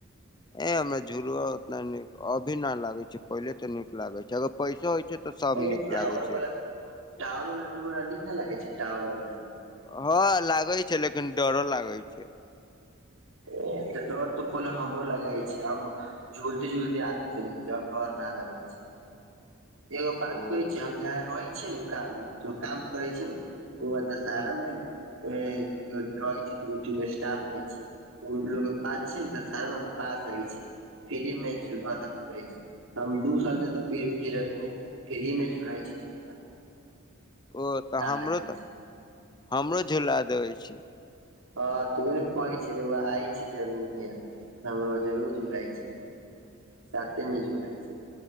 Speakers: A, on the left (about 20°); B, on the right (about 85°).
A: ए हमरा झुलु उतना नीक अभी न लागे छै पहिले तऽ नीक लागे छै अगर पैसो होइ छै तऽ सब
B: ए
A: नीक
B: टावर
A: लागे
B: वाला
A: छै।
B: टावर वाला <unintelligible> नीक न लागै छै टावर वाला।
A: हँ लागैय छै लेकिन डरो लागैत छै।
B: ए तऽ डर तऽ पहिले हमरो लगइ छै आब झुलते झुलते आदत हो गेल छै अब डर ना लगै छै। एगो बात
A: ओ ह
B: कहै छी हम जहाँ रहै छियै ने काम तो काम करै छी ना त ओ दशहरा
A: ह
B: मे ने ए रहि छी दू गो तीन गो स्टाफ रहहि छी। ओ लोग के पास छै ने तऽ दशहरा मे पास होइ छै फ्री मे झुलुआ सब झूलय छै। हम दू साल से त फिरै मे फ्री मे झूलय छी झूला।
A: ओ तऽ हमरो
B: लगे
A: तऽ
B: छै
A: हमरो झुला देबे छी।
B: <unintelligible> सातेमे झुलाइ छै।